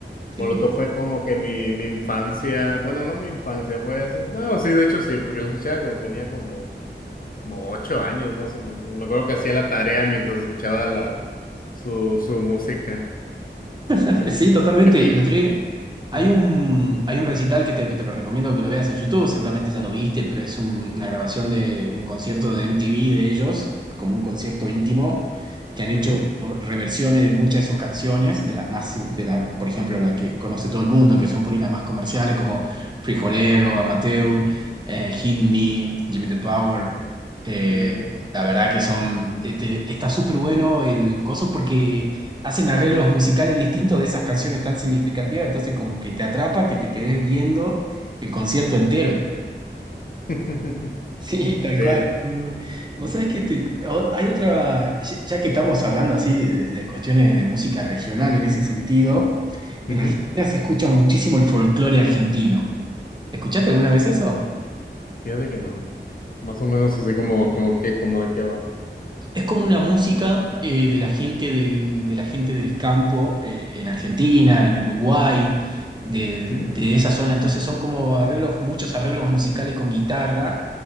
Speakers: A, on the left; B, on the right.
A: Molotov
B: sí.
A: fue como que mi, mi infancia, bueno, no mi infancia, fue así. No, sí, de hecho sí, porque lo escuchaba cuando tenía como, como ocho años más o menos. Me acuerdo que hacía la tarea mientras escuchaba la, su, su música.
B: <laughs>
A: Y,
B: Sí,
A: y, me-
B: totalmente.
A: y, me- y-
B: El otro día hay
A: ujú,
B: un, hay un recital que te, que te lo recomiendo que lo veas en YouTube, seguramente ya lo viste, pero es un- una grabación de un concierto de MTV de ellos, como un concierto íntimo, que han hecho
A: ujú.
B: reversiones de muchas de sus canciones, de las más, de la, por ejemplo, la que conoce todo el mundo, que son por ahí las más comerciales, como Frijolero, Amateur, eh, Hit Me, Jimmy the Power. eh,
A: Sí, sí, sí.
B: la verdad que son, este, está súper bueno el coso porque hacen arreglos musicales distintos de esas canciones tan significativas, entonces como que te atrapa que te quedes viendo el concierto entero. <laughs>
A: <laughs>
B: Sí, tal
A: Sí,
B: cual. Mm, Vos sabés que te- o- hay otra, ya ya que estamos hablando así de, de cuestiones de música regional en ese sentido, en
A: ujú.
B: Argentina se escucha muchísimo el folclore argentino. ¿Escuchaste alguna vez eso?
A: Fíjate que no. Más o menos así como, como que, como de qué va.
B: Es como una música eh, de la gente del, de la gente del campo eh, en Argentina, en Uruguay, de,
A: ¿Mm?
B: de esa zona. Entonces son como arreglos, muchos arreglos musicales con guitarra